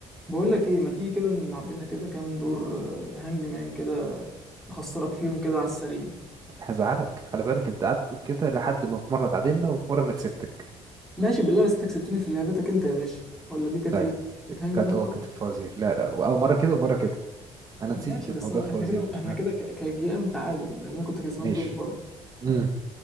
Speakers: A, in the centre; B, on the right (about 30°).
A: بقول لك ايه ما تيجي كده نلعب لنا كده كام دور آه، هانج مان كده اخسرك فيهم كده على السريع
B: هزعلك خلي بالك انت قعدت تقول كده لحد ما في مره اتعادلنا وفي مره انا كسبتك
A: ماشي بالله بس انت كسبتني في لعبتك انت يا باشا ولا دي كانت
B: طيب
A: ايه كانت هانج
B: كانت
A: مان
B: اه
A: برضه
B: كانت الفوازير لا لا اه مره كده ومره كده انا
A: ماشي
B: نسيت الموضوع
A: بس أنا
B: الفوازير
A: احنا كده
B: ده
A: احنا
B: ها
A: كده ك- كجيام تعادل لان انا كنت كسبان
B: ماشي
A: دور برضه
B: امم